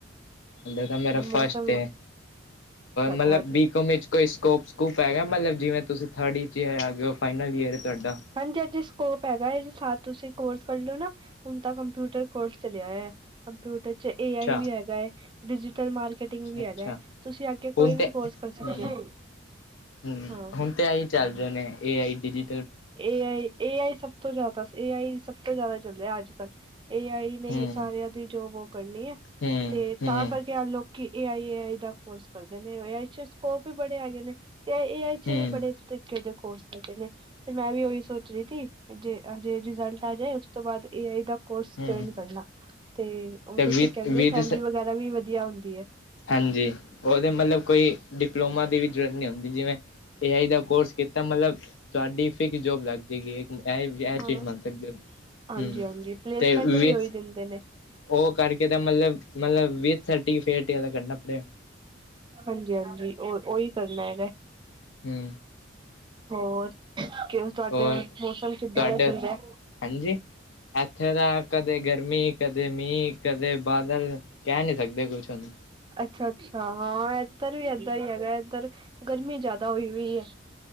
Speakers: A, on the left; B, on the right.
A: ਹੰਡੇ ਤਾਂ ਮੇਰਾ ਫਸਟ
B: ਮੌਸਮ
A: ਏ,
B: ਅੱਛਾ ਅੱਛਾ
A: ਮਲਬ
B: ਹਾਂਜੀ
A: ਬੀਕਮ ਵਿਚ ਕੋਈ ਸਕੋਪ ਸਕੂਪ ਹੈਗਾ ਮਤਲਬ ਜਿਵੇਂ ਤੁਸੀਂ ਥਰਡ ਈਅਰ ਚ ਆ ਗਏ ਹੋ ਫਾਈਨਲ ਈਅਰ ਤੁਹਾਡਾ
B: ਹਾਂਜੀ- ਹਾਂਜੀ ਸਕੋਪ ਹੈਗਾ ਏ, ਸਾਥ ਤੁਸੀਂ ਕੋਰਸ ਕਰ ਲਿਓ ਨਾ ਹੁਣ ਤਾਂ ਕੰਪਿਊਟਰ ਕੋਰਸ ਚਲਿਆ ਹੋਇਆ, ਕੰਪਿਊਟਰ 'ਚ ਏ
A: ਅੱਛਾ
B: ਆਈ ਵੀ ਹੈਗਾ ਹੈ ਡਿਜੀਟਲ ਮਾਰ ਕਟਿੰਗ ਵੀ
A: ਅੱਛਾ
B: ਹੈਗਾ ਐ, ਤੁਸੀਂ ਆਗੇ
A: ਹੁਣ
B: ਕੋਈ
A: ਤੇ
B: ਵੀ ਕੋਰਸ
A: ਹੂੰ
B: ਕਰ ਸਕਦੇ ਓ।
A: ਹੂੰ
B: ਆਹੋ
A: ਹੁਣ ਤੇ ਆਹੀ ਚੱਲ ਰਏ ਨੇ ਏ ਆਈ ਡੀ ਡੀ
B: ਏ ਆਈ-ਏ ਆਈ ਸਭ ਤੋਂ ਜਾਦਾ ਏ ਆਈ ਸਭ ਤੋਂ ਜਾਦਾ ਚੱਲ ਰਿਆ ਅੱਜ ਕੱਲ ਏ ਆਈ ਨਈ
A: ਹੂੰ
B: ਸਾਰਿਆਂ ਦੀ ਜੋਬ ਓ ਕਰਨੀ ਏ
A: ਹੂੰ
B: ਤੇ
A: ਹੂੰ
B: ਤਾਂ ਕਰਕੇ ਅਨਲੋਕ ਕਿ ਏ ਆਈ-ਆਈ ਦਾ ਕੋਰਸ ਕਰਦੇ ਨੇ ਏ ਆਈ 'ਚ ਸਕੋਪ ਵੀ ਬੜੇ ਹੈਗੇ ਨੇ। ਤੇ ਏ ਆਈ 'ਚ
A: ਹੂੰ
B: ਵੀ ਬੜੇ ਤਰੀਕੇ ਦੇ ਕੋਰਸ ਹੈਗੇ ਨੇ। ਤੇ ਮੈਂ ਵੀ ਉਹੀ ਸੋਚ ਰਈ ਥੀ ਜੇ ਹਜੇ ਰਿਜਲਟ ਆ ਜਾਏ ਉਸ ਤੋਂ ਬਾਦ ਏ ਆਈ ਦਾ ਕੋਰਸ ਜੁਇਨ
A: ਹੂੰ
B: ਕਰਨਾ ਲਾਂ ਤੇ ਉਦੇ
A: ਤੇ
B: 'ਚ
A: ਵਿਦ
B: ਕੈਂਦੇ
A: ਵਿਦ
B: ਸੈਲਰੀ ਵਗੈਰਾ ਵੀ ਵਧੀਆ ਹੁੰਦੀ ਐ।
A: ਹਾਂਜੀ ਉਦੇ ਮਤਲਬ ਕੋਈ ਡਿਪਲੋਮਾ ਦੀ ਵੀ ਜ਼ਰੂਰਤ ਨਈ ਹੁੰਦੀ ਜਿਵੇਂ ਏ ਆਈ ਦਾ ਕੋਰਸ ਕੀਤਾ ਮਤਲਬ ਤੁਹਾਡੀ ਫਿਕਸ ਜੋਬ ਲੱਗ ਜਾਏਗੀ। ਐ-ਐ
B: ਹਾਂ
A: ਚੀਜ਼ ਮੰਨ ਸਕਦੇ ਹੋ
B: ਹਾਂਜੀ
A: ਹੂੰ
B: ਹਾਂਜੀ ਪਲੇਸਮੈਂਟ
A: ਤੇ ਵੇ
B: ਵੀ ਉਹੀ ਦਿੰਦੇ ਨੇ
A: ਓ ਕਰਕੇ ਤਾਂ ਮਲਬ-ਮਲਬ ਵਿਥ ਸਰਟੀਫਕੇਟਦਾ ਕਰਨਾ ਪ
B: ਹਾਂਜੀ-ਹਾਂਜੀ ਓ ਓਹੀ ਕਰਨਾ ਹੈਗਾ।
A: ਹੂੰ
B: ਹੋਰ ਕਿ ਤੁਹਾਡੇ
A: ਹੋਰ
B: ਮੌਸਮ
A: ਤੁਹਾਡੇ
B: ਕਿੱਦਾਂ ਦਾ ਚੱਲ ਰਿਐ।
A: ਹਾਂਜੀ ਇੱਥੇ ਦਾ ਕਦੇ ਗਰਮੀ ਕਦੇ ਮੀਂਹ ਕਦੇ ਬਾਦਲ ਕੈ ਨਈ ਸਕਦੇ ਕੁਛ ਹੁਣ
B: ਅੱਛਾ-ਅੱਛਾਹਾਂ ਏਧਰ ਵੀ ਏਦਾਂ ਈ ਹੈਗਾ ਏਧਰ ਗਰਮੀ ਜਾਦਾ ਹੋਈ ਹੋਈ ਹੈ।